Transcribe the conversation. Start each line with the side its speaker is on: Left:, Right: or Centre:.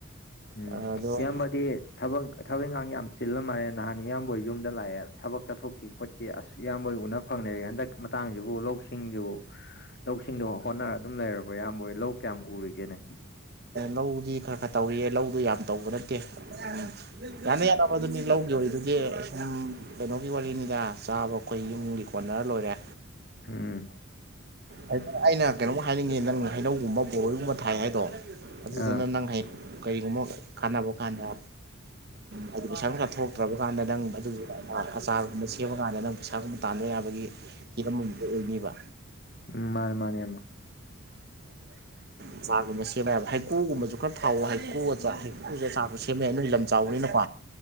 Left: ꯎꯝ
Right: ꯑꯗꯣ
Left: ꯏꯌꯥꯝꯕꯗꯤ ꯊꯕꯛ ꯊꯕꯛ ꯏꯪꯈꯥꯡ ꯌꯥꯝ ꯆꯤꯜꯂ ꯃꯥꯜꯂꯦ ꯅꯍꯥꯟ ꯏꯌꯥꯝꯕ ꯌꯨꯝꯗ ꯂꯥꯛꯑꯦ ꯊꯕꯛ ꯆꯠꯊꯣꯛꯈꯤ ꯈꯣ ꯑꯁ ꯏꯌꯥꯝꯕ ꯎꯅ ꯐꯪꯗꯦ ꯍꯟꯗꯛ ꯃꯇꯥꯡꯁꯤꯕꯨ ꯂꯧꯁꯤꯡꯁꯤꯕꯨ ꯂꯧꯁꯤꯡꯗꯣ ꯍꯣꯠꯅꯔ ꯑꯗꯨꯝ ꯍꯣꯠꯅꯔ ꯂꯩꯔꯕ ꯑꯌꯥꯝꯕ ꯑꯣꯏ ꯂꯧ ꯀꯌꯥꯝ ꯎꯔꯤꯒꯦꯅꯦ
Right: ꯂꯧꯗꯤ ꯈꯔ ꯈꯔ ꯇꯧꯔꯤꯌꯦ ꯂꯧꯗꯨ ꯌꯥꯝ ꯇꯧꯕ ꯅꯠꯇꯦ ꯎꯝ ꯌꯥꯅꯤ ꯆꯥꯕꯗꯨꯅꯤ ꯂꯧ ꯑꯣꯏ ꯑꯗꯨꯗꯤ ꯁꯨꯝ ꯀꯩꯅꯣꯒꯤ ꯋꯥꯔꯤꯅꯤꯗ ꯆꯥꯕ ꯑꯩꯈꯣꯏ ꯌꯨꯝꯒꯤ ꯀꯣꯟꯅꯔ ꯂꯣꯏꯔꯦ
Left: ꯎꯝ
Right: ꯍꯥꯏ ꯑꯩꯅ ꯀꯩꯅꯣꯝ ꯍꯥꯏꯅꯤꯡꯉꯦ ꯅꯪ ꯍꯩꯅꯧꯒꯨꯝꯕ ꯕꯣꯔꯣꯏꯒꯨꯝꯕ ꯊꯥꯏ ꯍꯥꯏꯗꯣ ꯑꯗꯨꯗꯨꯅ
Left: ꯑꯥ
Right: ꯅꯪ ꯍꯦꯛ ꯀꯔꯤꯒꯨꯝꯕ ꯀꯥꯟꯅꯕ ꯀꯥꯟꯗ ꯍꯥꯏꯗꯤ ꯄꯩꯁꯥ ꯅꯨꯡꯁꯥ ꯊꯣꯛꯇ꯭ꯔꯕ ꯀꯥꯟꯗ ꯅꯪ ꯑꯗꯨ ꯑꯆꯥꯔꯒꯨꯝꯕ ꯁꯦꯝꯕ ꯀꯥꯟꯗ ꯅꯪ ꯄꯩꯁꯥꯒꯨꯝꯕ ꯇꯥꯟꯕ ꯌꯥꯕꯒꯤ ꯍꯤꯔꯝ ꯑꯃ ꯑꯣꯏꯅꯤꯕ
Left: ꯎꯝ ꯃꯥꯅꯦ ꯃꯥꯅꯦ ꯏꯌꯥꯝꯕ
Right: ꯑꯆꯥꯔꯒꯨꯝꯕ ꯁꯦꯝꯕ ꯈꯔ ꯊꯥꯎꯕ ꯍꯩꯀꯨ ꯍꯩꯀꯨ ꯑꯆꯥꯔꯒꯨꯝꯕꯁꯨ ꯁꯦꯝꯃ ꯌꯥꯏꯅ ꯅꯣꯏ ꯂꯝ ꯆꯥꯎꯕꯅꯤꯅꯀꯣ